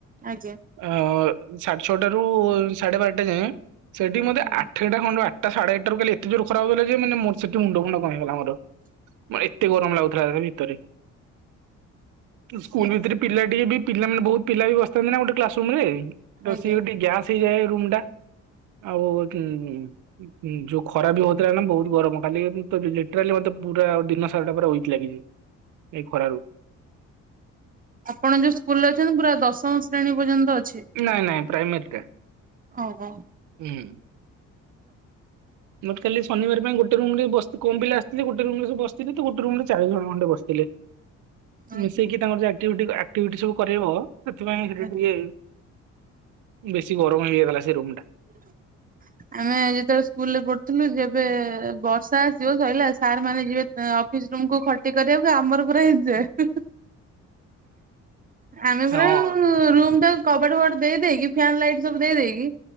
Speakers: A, on the right; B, on the right.
A: ଆଜ୍ଞା
B: ଅ ସାଢେ ଛଅଟାରୁ ସାଢେ ବାରଟା ଯାଏଁ ସେଠି ମତେ
A: ଆଜ୍ଞା।
B: ଆଠ ସେଟା ଖଣ୍ଡ ଆଠଟା ସାଢେ ଆଠଟା ରୁ କାଲି ଏତେ ଯୋର୍ ଖରା ହେଲା ଯେ ମାନ ମୋର ସେଠି ମୁଣ୍ଡ ଫୁଣ୍ଡ କଣ ହେଇଗଲା ମୋର। ଏ ଏତେ ଗରମ ଲାଗୁଥିଲା ସେ ଭିତରେ। ସ୍କୁଲ ଭିତରେ
A: ଆଜ୍ଞା
B: ପିଲା ଟିକେ ବି ପିଲାନେ ବହୁତ ପିଲା ବି ବସିଥାନ୍ତି ନା ଗୋଟେ କ୍ଲାସ୍ ରୁମ ରେ ତ
A: ଆଜ୍ଞା
B: ସିଏ ଗୋଟ ଗ୍ୟା ଆସିଯାଏ ରୁମ୍ ଟା ଆଉ ଯୋଉ ଖରା ବି ହଉଥିଲା ନା ବହୁତ ଗରମ କାଲି ଲିଟୋଲି ମତେ ପୁରା ଦିନ ସାରାଟା ପୁରା ଉଇକି ଲାଗିଛି। ଏଇ ଖରାରୁ।
A: ଆପଣ ଯୋଉ ସ୍କୁଲରେ ଅଛନ୍ତି ପୁରା ଦଶମ ଶ୍ରେଣୀ ପର୍ଯ୍ୟନ୍ତ ଅଛି।
B: ନାଇଁ ନାଇଁ ପ୍ରାଇମେରିଟା
A: ଓହୋ
B: ହଁ। ମତୋଲି ଶନିବାର ପାଇଁ ଗୋଟେ ରୁମରେ କମ୍ ପିଲା ଆସିଥିଲେ ଗୋଟେରେ ବସିଥିଲେ ତ ଗୋଟ ରୁମରେ ଚାଳିଶି ବସି ଥିଲେ। ମିଶେଇକି
A: ଆଜ୍ଞା
B: ତାଙ୍କର ଯୋ ଆକ୍ଟିଭିଟି ସବୁ କରାଇବ ସେଥିପାଇଁ ସେ
A: ଆଜ୍ଞା।
B: ଟିକ ବେଶୀ ଗରମ ହେଇଯାଇଥିଲା ସେ ରୁମଟା
A: <inaudible> ଆମେ ଯେତେବେଳେ ସ୍କୁଲରେ ପଢୁଥିଲୁ ଯେବେ ବର୍ଷା ଆସିବ ସରିଲା ସାର୍ ମାନେ ଯିବେ ଅ ଅଫିସ ରୁମ୍ କୁ ଖଟି କରିବାକୁ ଆମର ପୁରା ଏଞ୍ଜୟ୍। ଆମେ ପୁରଉ
B: ହଁ
A: ରୁମ୍ ଟା କବାଟ ଫବାଟ ଦେଇକି ଫ୍ୟାନ ଲାଇଟ ସବୁ ଦେଇ ଦେଇକି